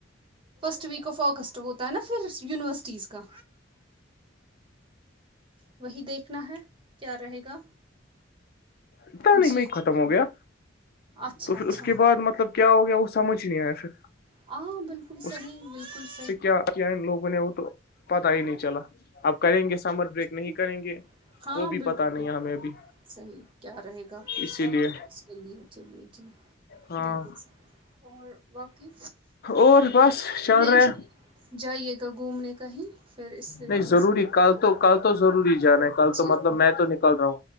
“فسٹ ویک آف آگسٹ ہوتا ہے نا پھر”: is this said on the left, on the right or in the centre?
Right